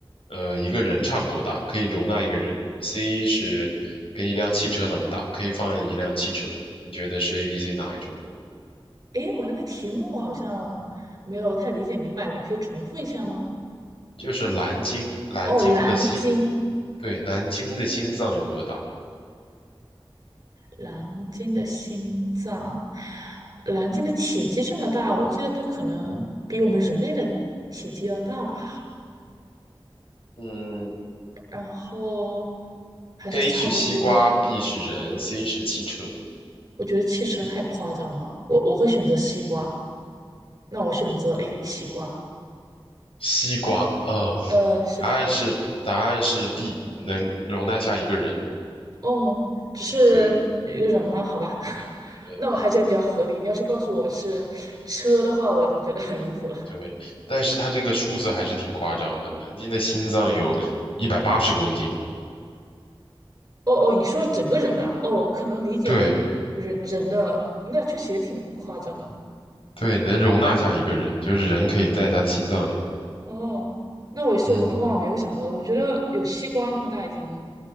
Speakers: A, on the left (about 70°); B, on the right (about 40°).
A: 呃一个人差不多大，可以容纳一个人。C 是跟一辆汽车那么大，可以放一辆汽车。你觉得是 A、B、C 哪一种呢？
B: 诶，我那个题目好像没有太理解明白，你可以重复一下吗？
A: 就是蓝鲸，蓝鲸的心，
B: 哦，蓝鲸，
A: 对，蓝鲸的心脏有多大？
B: 蓝鲸的心脏，蓝鲸的体积这么大，我记得它可能比我们人类的体积要大吧。
A: 嗯
B: 然后还是差不多。
A: ，A 是西瓜，B 是人，C 是汽车。
B: 我觉得汽车太夸张了，我我会选择西瓜。那我选择 A，西瓜。
A: 西瓜，哦，
B: 呃，是的，
A: 答案是答案是 B，能容纳下一个人。
B: 哦，只是一个人吗？
A: 对
B: 好吧，<laughs>
A: 对
B: 那我还觉得比较合理。你要是告诉我是车的话，我就觉得很离谱了。
A: 对，但是它这个数字还是挺夸张的，蓝鲸的心脏有一百八十公斤。
B: 哦哦，你说整个人啊，哦，可能理解为人人的，
A: 对
B: 那确实也挺夸张的。
A: 对，能容纳下一个人，就是人可以在他的心脏里面。
B: 哦，那我也是，
A: 嗯，
B: 我们万万没有想到的。我觉得有西瓜那么大已经